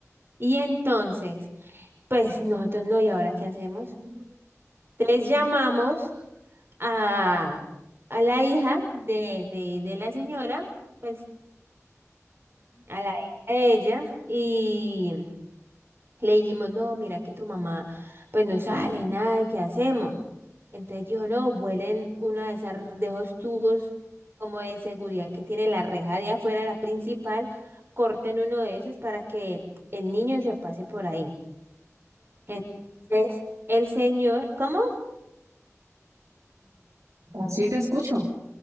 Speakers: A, on the right; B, on the right.
A: Y entonces, pues nosotros no, ¿y ahora qué hacemos?
B: ujú.
A: Entonces llamamos a, a la hija de, de, de la señora, pues a la hija de ella, Le dijimos, no, mira que tu mamá pues no sale nada, ¿y ¿qué hacemos? Entonces dijo, no, vuelen una de esas, de esos tubos como de seguridad que tiene la reja de afuera, la principal, corten uno de esos para que el niño se pase por ahí. Entonces, el señor, ¿cómo?
B: Sí, te escucho.